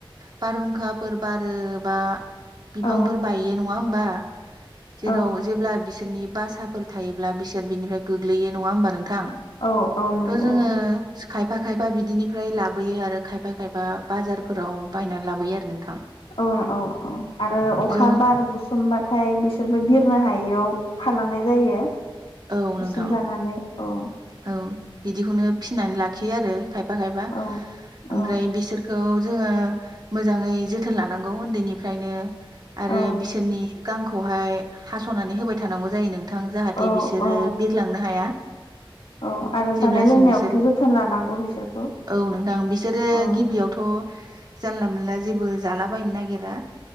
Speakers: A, on the right; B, on the left.
A: बारहुंखाफोर बारोबा बिफांफोर
B: औ
A: बायो नं नङा होमबा? जेराव
B: औ
A: जेब्ला बिस सोरनि बासा फोर थायोब्ला बिसोर बिनिफ्राय गोग्लैयो नङा होमबा नों थां,
B: औ औ नंगौ
A: थ जोङो खायफा खायफा बिदिनिफ्राय लाबोयो आरो खायफा खायफा बाजारफोराव बायनानै लाबोयो आरो नोंथां।
B: अह औ औ आरो अखा
A: ज'
B: बार बुसुमबाथाय बिस बिसोरबो बिरनो हायियाव थालांनाय जायो।
A: औ नोंथां
B: उसोमजानानै औ।
A: औ बिदिखौनो फिनानै लाखियो आरो खायफा खायफा
B: औ
A: ओमफ्राय
B: औ
A: बिसोरखौ जोङो मोजाङै जोथोन लानांगौ उन्दैनिफ्रायनो आरो
B: औ
A: बिसोरनि गांखौहाय हास'नानै होबाय थानांगौ जायो नोंथां। थे
B: औ
A: बिसोरो
B: औ
A: बिरलांनो हाया।
B: औ आरो
A: जेब्लासिम
B: जानाय लोंनायावबोथ'
A: बिसोर
B: जोथोन लानांगौ बिसोरखौ
A: औ नोंथां बिसोरो
B: औ।
A: गिबियावथ' जानला मोनला जेबो जालाबायनो नागिरा।